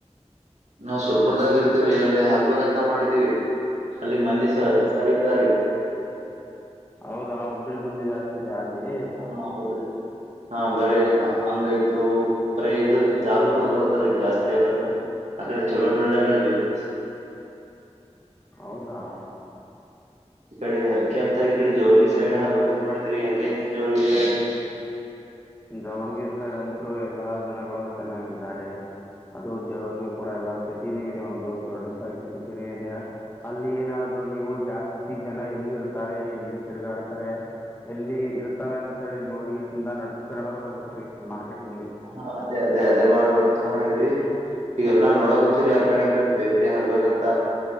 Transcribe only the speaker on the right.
ನಾವು ಸುರ್ಪುರ್ದಾಗ ಇರ್ತವ್ರಿ ಅಲ್ಲಿ ಹಾಕ್ಬೇಕಂತ ಮಾಡಿದೀವಿ ಅಲ್ಲಿ ಮಂದಿ ಸ <unintelligible>
ಹಾ ಹೌದ್ರರಿ. ಹಾ ಬರೀ ಹಂಗಯ್ತು ಬರೀ ಇದು ದಾರ ಕುಡ್ದ್ ಬರ್ತಾರೀ ಜಾಸ್ತಿ ಅಂದ್ರೆ ಅಕಡೆ ಚಲೋ ನಡಲ್ಲ ಬಿಸ್ನೆಸ್.
ಈ ಕಡೆ ಅಕೆ ಅಂತ ಈ ಕಡೆ ಜೋರ್ಗಿ ಸೈಡ್ ಹಾಕಬೇಕಂತ ಮಾಡಿದ್ರಿ ಹೆಂಗೈತ್ ಜೋರಾಗಿ ಸೈಡ್
ಹಾ ಅದೇ ಅದೇ ಅದೇ ಮಾಡ್ಬೇಕಂತೆ ಮಾಡವ್ರಿ ಈಗಲ್ಲಾ ನೋಡಕ್ ಹುಚ್ಚಿರಿ ಆ ಕಡೆ ಈ ಕಡೆ ಬೇಕ್ರಿ ಹಗ್ಬೇಕಂತ.